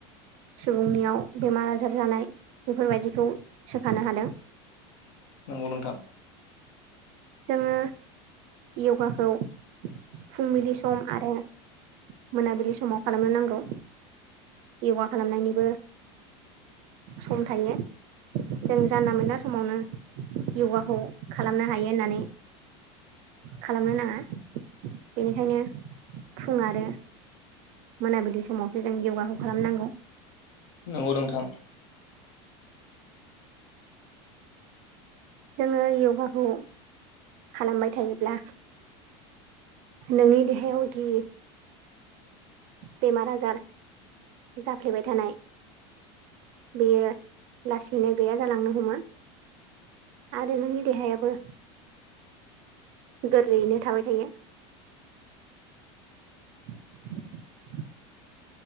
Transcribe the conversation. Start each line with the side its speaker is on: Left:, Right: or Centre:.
Right: सुबुंनियाव बेमार आजार जानाय बेफोरबायदिखौ सोखानो हादों।
Left: नंगौ नोंथां।
Right: जोङो य'गाखौ फुंबिलि सम आरो मोनाबिलि समाव खालामनो नांगौ। य'गा खालामनायनिबो सम थायो। जों जानला मोनला समावनो य'गाखौ खालामनो हायो होननानै खालामनो नांङा बेनिखायनो फुुं आरो मोनाबिलि समावसो जों य'गाखौ खालामनांगौ।
Left: नंगौ नोंथां।
Right: जोङो य'गाखौ खालामबाय थायोब्ला नोंनि देहायाव जि बेमार आजार जाफ्लेबाय थानाय बेयो लासैनो गैया जालांनो हमो। आरो नोंनि देहाया बो गोरलैयैनो थाबाय थायो। <inaudible>